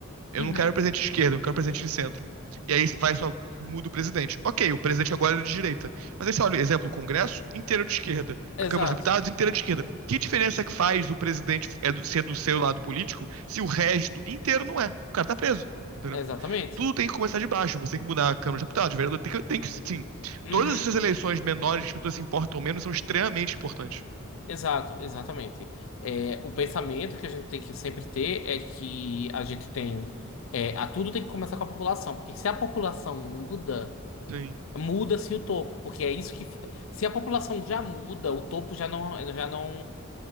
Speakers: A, on the right; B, on the left.
A: Eu
B: Uhum.
A: não quero presidente de esquerda, eu não quero presidente de centro. E aí vai só muda o presidente. Ok, o presidente agora é de direita. Mas aí você olha, exemplo, o Congresso inteiro de esquerda,
B: Exato.
A: a Câmara dos Deputados inteira de esquerda. Que diferença é que faz o presidente é do- ser do seu lado político se o resto inteiro não é? O cara tá preso. Entendeu?
B: Exatamente.
A: Tudo tem que começar de baixo. Você tem que mudar a Câmara dos Deputados, o vereador. Tem que, tem que, sim.
B: Uhum.
A: Todas essas eleições menores que as pessoas se importam menos são extremamente importantes.
B: Exato, exatamente. É, o pensamento que a gente tem que sempre ter é que a gente tem. É, a tudo tem que começar com a população, porque se a população muda.
A: Sim,
B: Muda-se o topo, porque é isso que. Se a população já muda, o topo já não, já não,